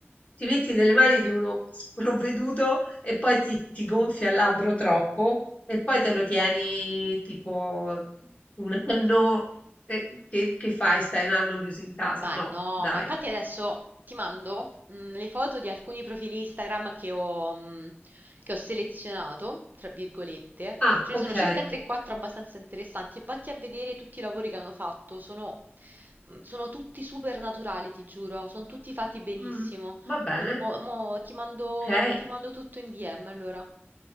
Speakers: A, on the left; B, on the right.
A: ti metti nelle mani di uno sprovveduto e poi ti, ti gonfia il labbro troppo e poi te lo tieni tipo un anno. e che, che fai? Stai un anno chiuso in casa?
B: Ma
A: No,
B: no,
A: dai.
B: ma infatti adesso ti mando mm, le foto di alcuni profili Instagram che ho, mm, che ho selezionato, tra virgolette.
A: Ah,
B: Ce
A: ok.
B: ne sono circa 3-4 abbastanza interessanti e vatti a vedere tutti i lavori che hanno fatto. Sono, mm, sono tutti super naturali, ti giuro. Sono tutti fatti benissimo.
A: Mm, va bene,
B: Quindi mo, mo ti mando,
A: ok.
B: ti mando tutto in DM allora.